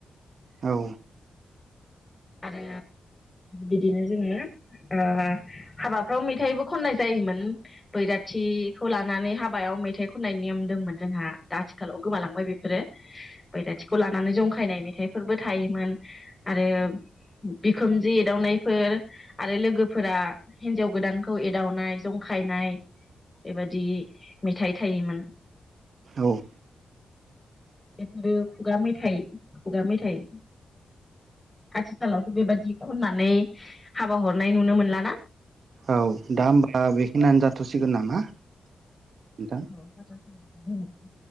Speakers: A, on the right; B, on the left.
A: औ।
B: आरो बिदिनो जोङो ओ हाबाफ्राव मेथाइबो खननाय जायोमोन बैराथिखौ लानानै हाबायाव मेथाइ खननायनि नियम दंमोन जोंहा दा आथिखालाव गोमालांबाय बेफोरो बैराथिखौ लानानै जंखायनाय मेथाइफोरबो थायोमोन आरो बिखोमजो एदावनायफोर आरो लोगोफोरा हिनजाव गोदानखौ एदावनाय जंखायनाय बेबादि मेथाइ थायोमोन।
A: औ।
B: <unintelligible> खुगा मेथाइ-खुगा मेथाइ। आथिखालावथ' बेबादि खननानै हाबा हरनाय नुनो मोनलाना?
A: औ दा होमबा बेखिनियानो जाथ'सिगोन नामा? नोंथां?
B: औ जाथ'सिगोन। <unintelligible>